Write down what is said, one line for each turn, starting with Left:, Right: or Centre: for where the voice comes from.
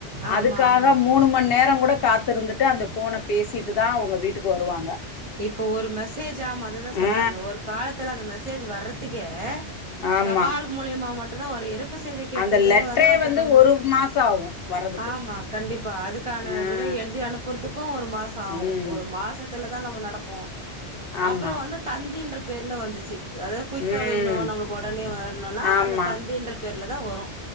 Right: ஆமா
Left: அதுக்காக
Right: ஆமா
Left: மூனுமன் நேரகூட காத் துதிருந்துட்டு அந்த ஃபோன பேசிட்டுதா அவ்ங்க வீட்டுக்கு வருவாங்க
Right: இப்போ ஒரு மெசேஜ் ஆமா அததா சொல்றேன்
Left: ஆ
Right: அந்த ஒரு காலத்துல அந்த மெசே சேஜ் வர்றதுக்கே
Left: ஆமா
Right: தபால் மூலியமா மட் <unintelligible> ஒரு இருப் <unintelligible> செய்தி கேக்றதே
Left: அந்த லெட்டரே
Right: <unintelligible>
Left: வந்து ஒரு மாசோ ஆகு வர்றதுக்கு
Right: ஆமா கண்டிப்பா அதுக்கான
Left: ஆ
Right: விடய எழுதி அனுப்புறதுக்கு ஒரு மாசஆவு
Left: ம்
Right: ஒரு மாசத்துல தான் நம்ம நடக்கு
Left: ஆமா
Right: அப்றோ வந்து தந்தின்ற பேர்ல வந்துச்சு அதாவது குயிக்கா
Left: ம்
Right: வேணு நம்மளுக்கு ஒடனே வேணுனா
Left: ஆமா
Right: அந்த தந்தின்ற பேர்ல தா வரு